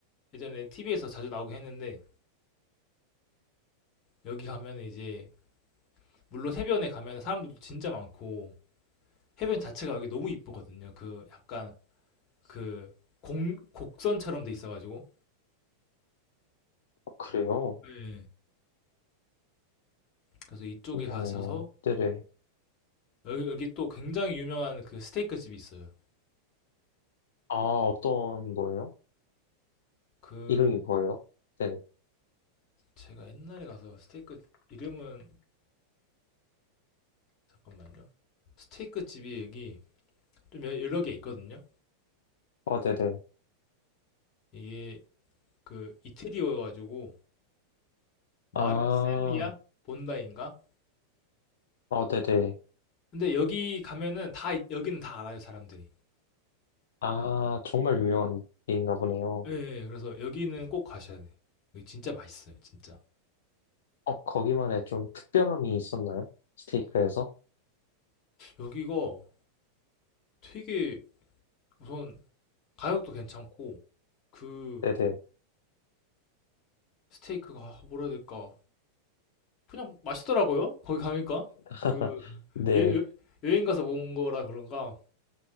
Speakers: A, on the left; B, on the left.
A: 예전에 TV에서 자주 나오긴 했는데 여기 가면은 이제 물론 해변에 가면 사람들도 진짜 많고 해변 자체가 여기 너무 이쁘거든요. 그 약간 그 공, 곡선처럼 돼 있어가지고
B: 어, 그래요?
A: 네. 그래서 이쪽에
B: 신기하네요.
A: 가셔서
B: 네네.
A: 여기, 여기 또 굉장히 유명한 그 스테이크 집이 있어요.
B: 아, 어떤 거예요?
A: 그
B: 이름이 뭐예요? 네네.
A: 제가 옛날에 가서 스테이크 이름은 잠깐만요. 스테이크 집이 여기 좀 여- 여러 개 있거든요.
B: 어, 네네.
A: 이게 그 이태리어여가지고 마르셀리아
B: 아,
A: 본다인가
B: 어, 네네.
A: 근데 여기 가면은 다 이- 여기는 다 알아요, 사람들이.
B: 아, 정말 유명한 게인가 보네요.
A: 예, 예, 예. 그래서 여기는 꼭 가셔야 돼. 여기 진짜 맛있어요, 진짜.
B: 어, 거기만의 좀 특별함이 있었나요? 스테이크에서?
A: 여기가 되게 우선 가격도 괜찮고 그
B: 네네.
A: 스테이크가 아, 뭐라 해야 될까? 그냥 맛있더라고요. 거기 가니까
B: <laughs>
A: 그 <laughs>
B: 네.
A: 예, 여, 행 가서 먹은 거라 그런가